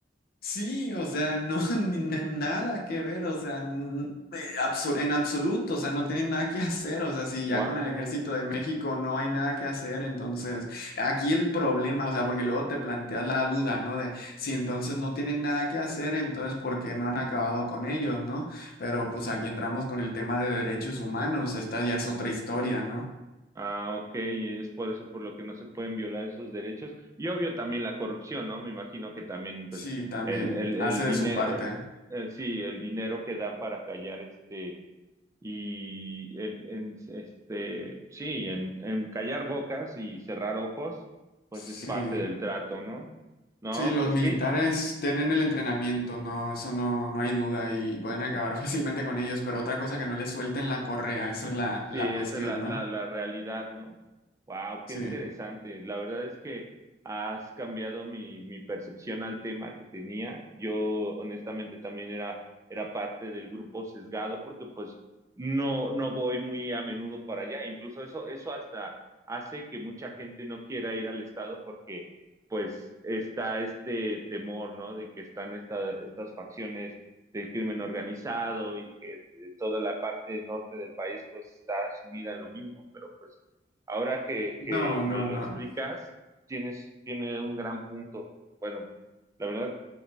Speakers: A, on the left; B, on the right.
A: Sí, o sea, no, <laughs> ni- ni- nada que ver, o sea, n- eh, absu- en absoluto, o sea, no tienen nada que hacer, o sea, si ya
B: ¡Wow!
A: con el ejército de México no hay nada que hacer, entonces aquí el problema, o sea, porque luego te planteas la duda, ¿no? De si entonces no tienen nada que hacer, entonces ¿por qué no han acabado con ellos, ¿no? Pero pues aquí entramos con el tema de derechos humanos, esta ya es otra historia, ¿no?
B: Ah, ok, y es por eso por lo que no se pueden violar esos derechos. Y obvio también la corrupción, ¿no? Me imagino que también, pues,
A: Sí, también,
B: el, el, el
A: hace
B: dinero,
A: de su parte.
B: sí, el dinero que dan para callar este, y en, en, este, sí, en, en callar bocas y cerrar ojos, pues
A: Sí.
B: es parte del trato, ¿no? No,
A: Sí, los
B: pues
A: militares
B: qué
A: tienen el entrenamiento, no, eso no, no hay duda y pueden acabar <laughs> fácilmente con ellos, pero otra cosa que no les suelten la correa, esa es la,
B: Sí,
A: la cuestión,
B: esa es la, la,
A: ¿no?
B: la realidad, ¿no? Wow, qué
A: Sí.
B: interesante. La verdad es que has cambiado mi, mi percepción al tema que tenía. Yo honestamente también era, era parte del grupo sesgado porque pues no, no voy muy a menudo para allá. Incluso eso, eso hasta hace que mucha gente no quiera ir al estado porque pues está este temor, ¿no? De que están esta- estas facciones del crimen organizado y que toda la parte norte del país pues está sumida en lo mismo, pero pues ahora que,
A: No,
B: que me
A: no,
B: lo
A: no.
B: explicas, tienes, tiene un gran punto. Bueno, la verdad